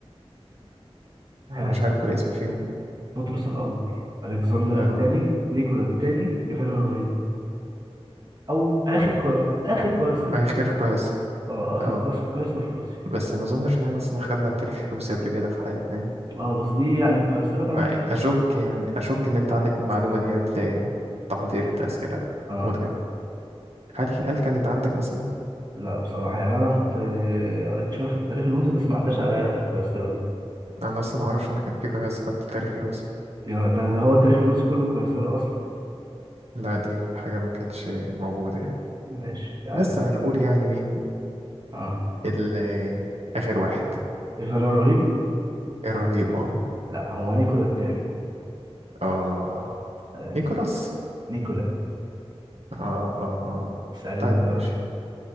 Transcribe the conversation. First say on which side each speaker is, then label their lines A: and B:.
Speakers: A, on the right; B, on the right.
A: ها
B: أنا مش عارف ولا اسم فيهم
A: بطرس الاكبر الكسندر
B: اه
A: الثاني نيكولا الثاني ايفان الرهيب او اخر ق... اخر قيصرة
B: آخر
A: روسيا
B: قيصر
A: اه اخر
B: اه
A: قيصر قيصر في روسيا
B: بس ما أظنش إن احنا أصلا خدنا التاريخ الروسي قبل كده في حياتنا يعني
A: اه بس دي يعني القيصرة كان
B: يعني
A: مشهور
B: أشك يعني أشك إن أنت عندك المعلومة دي قبل تحضير التأثيرات
A: اه
B: متعب هل هل كانت عندك مثلا
A: لا بصراحة يعني انا كنت آه، قريت شوية في التاريخ الروسي بس ما عداش على اخر قيصرة دي
B: انا اصلا ما اعرفش ان كان في قياس قد التاريخ الروسي
A: يعني ده, ده هو التاريخ الروسي كله قيصرة اصلا
B: لا دي حاجه ما كانتش موجوده يعني
A: ماشي يعني
B: بس
A: تقط-
B: هنقول يعني مين
A: اه
B: ال- اخر واحد
A: ايفان الرهيب
B: الرهيب اه
A: لا هو نيكولا التاني
B: آه،
A: يعني
B: نيكولاس
A: نيكولا
B: اه اه اه
A: سألني
B: طيب
A: انت بقى
B: ماشي